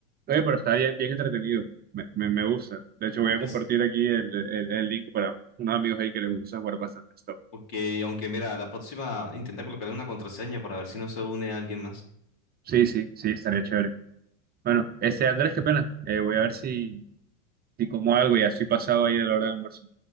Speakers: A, on the right; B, on the left.
A: Oye, pero está bien, bien entretenido. Me, me, me gusta. De hecho,
B: <laughs> Aunque,
A: voy a compartir
B: es-
A: aquí el, el, el link para unos amigos ahí que les gusta jugar bastante stop.
B: porque, aunque mira, la próxima intenta colocarle una contraseña para ver si no se une a alguien más.
A: Sí, sí, sí, estaría chévere. Bueno, este Andrés, qué pena. Eh, voy a ver si, si como algo, ya estoy pasado ahí de la hora del almuerzo.